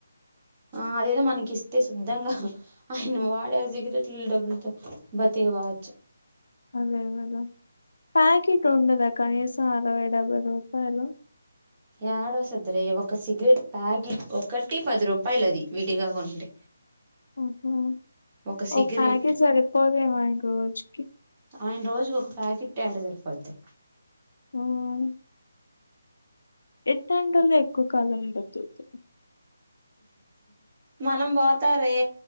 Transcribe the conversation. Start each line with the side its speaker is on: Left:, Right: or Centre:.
Right: ఆ అదేదో మనకి ఇస్తే శుద్ధంగా ఆయన వాడే ఆ సిగరెట్ డబ్బులతో బతిక బవచ్చు
Left: అదే కద ప్యాకెట్ ఉండదా కనీసం అరవై డెబ్బై రూపాయలు
Right: ఏడో సదర ఒక సిగరెట్ ప్యాకెట్ ఒకటి పది రూపాయల అది విడిగా కొంటే
Left: ఆహ
Right: ఒక సిగరెట్
Left: ఓ ప్యాకేజ్ సరిపోదేమో ఆయనకు రోజుకి
Right: ఆయన రోజుకి ఒక ప్యాకెట్ యెడ జరిపోద్ది
Left: హ అవును ఏట్టం టోల్లే ఎక్కువ కాలం బతుకుత
Right: మనం పోతారే